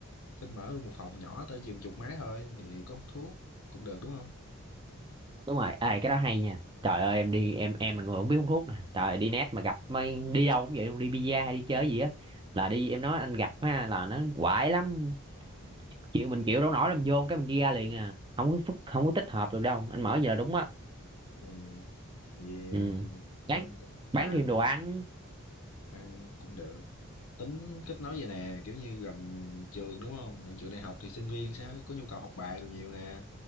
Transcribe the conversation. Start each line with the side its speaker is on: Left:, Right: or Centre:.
Left: Phình mở luôn một phòng nhỏ tới chừng chục máy thôi thì có hút thuốc cũng được đúng không
Right: đúng rồi ê cái đó hay nha trời ơi em đi em em là người không biết hút thuốc nè trời ơi, đi net mà gặp mấy đi đâu cũng vậy luôn đi bida hay đi chơi gì á là đi em nói anh gặp ha là nó quại lắm chịu mình chịu đâu nổi làm vô cái mình đi ra liền à không có phức- không có tích hợp được đâu anh mở giờ đúng á
Left: ừ. Vì
Right: ừ
Left: ờ,
Right: bán
Left: không mà
Right: bán thêm đồ ăn
Left: ăn cũng được tính kết nối vậy nè kiểu như gần trường đúng không gần trường đại học thì sinh viên sẽ có nhu cầu học bài đồ nhiều nè